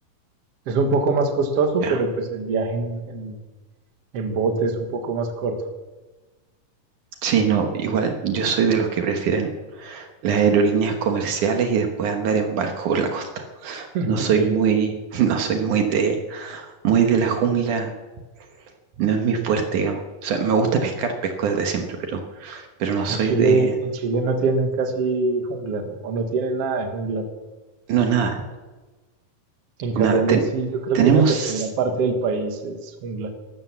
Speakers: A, on the right (about 50°); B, on the right (about 70°).
A: Es un poco más costoso,
B: ya.
A: pero pues el viaje en, en- en bote es un poco más corto.
B: Sí, no, igual yo soy de los que prefieren las aerolíneas comerciales y después andar en barco por la costa.
A: <laughs>
B: No soy
A: Ok.
B: muy, <laughs> no soy muy de, muy de la jungla, no es mi fuerte, digamos. O sea, me gusta pescar, pesco desde siempre, pero, pero no
A: En
B: soy
A: Chile,
B: de,
A: en Chile no tienen casi jungla, ¿no? O no tienen nada de jungla.
B: no, nada.
A: En Colombia
B: Nada, ten-
A: sí, yo creo
B: tenemos,
A: que una tercera parte del país es jungla.